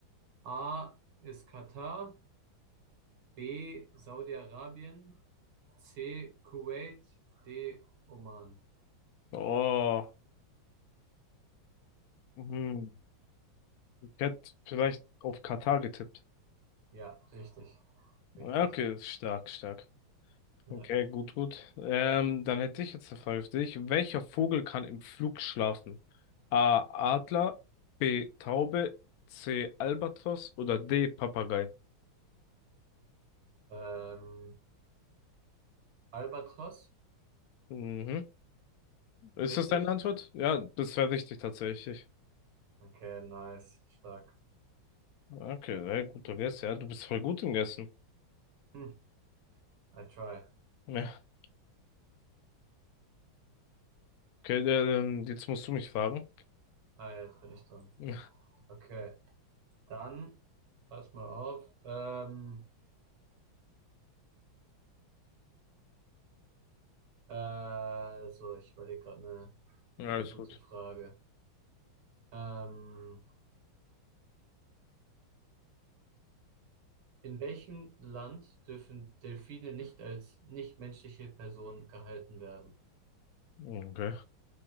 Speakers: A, on the right; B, on the left.
A: A ist Katar, B Saudi-Arabien, C. Kuwait, D. Oman.
B: Oh, mhm. Ich hätte vielleicht auf Katar getippt.
A: Ja, richtig,
B: Ja,
A: richtig.
B: Okay, ist stark, stark.
A: Ja.
B: Okay, gut, gut. Ähm, dann hätte ich jetzt eine Frage für dich. Welcher Vogel kann im Flug schlafen? A. Adler, B. Taube, C. Albatros oder D. Papagei?
A: Ähm, Albatros,
B: Mhm. Ist
A: richtig?
B: das deine Antwort? Ja, das wäre richtig tatsächlich.
A: Okay, nice, stark.
B: Okay, sehr guter Guess. Ja, du bist voll gut im Guessen.
A: Hm, I try.
B: Ja. Okay, äh, ähm, jetzt musst du mich fragen.
A: Ah, jetzt bin ich dran.
B: Ja,
A: Okay, dann pass mal auf. Ähm, äh, so, ich überlege gerade eine
B: alles
A: eine gute
B: gut.
A: Frage. Ähm, in welchem Land dürfen Delfine nicht als nichtmenschliche Personen gehalten werden?
B: Okay.